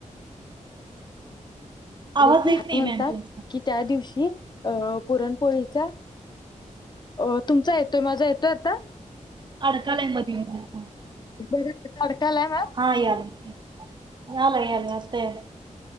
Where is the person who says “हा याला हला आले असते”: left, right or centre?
Right